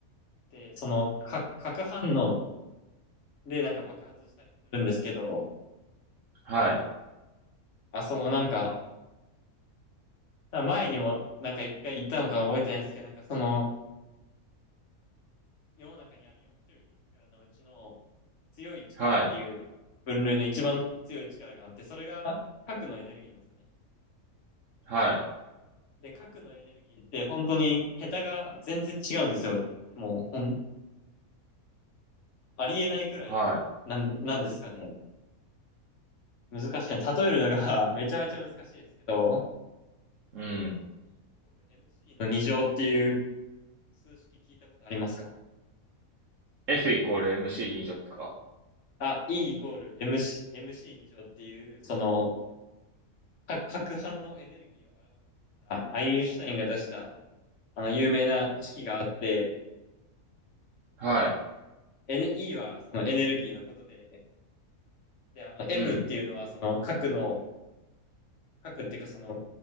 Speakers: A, on the left; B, on the right.
A: って、その、か核反応でなんか爆発したりするんですけど、
B: はい、
A: あ、そのなんか、ら前にもなんか一回言ったのか覚えてないですけど、なんかその世の中にある4種類の力のうちの強い力っていう分類の一番強い力があって、
B: はい、
A: それが核のエネルギーなんですね。
B: はい、
A: で、核のエネルギーって本当に桁が全然違うんですよ。もうほん、ありえないくらいなん、
B: は
A: なんですかね。難しいな。例えるのが <laughs> めちゃめちゃ難しいですけど、
B: い、うん。
A: あの、E イコール MC の二乗っていう数式聞いたことありますか
B: F イコール MC 2乗ですか
A: あ、E イコール MC、MC 二乗っていう、その、核反応のエネルギーを表したアインシュタインが出したあの有名な式があって、
B: はい、
A: エネ E はそのエネルギーのことで、で、あの M
B: うん、
A: っていうのはその核の、核っていうかその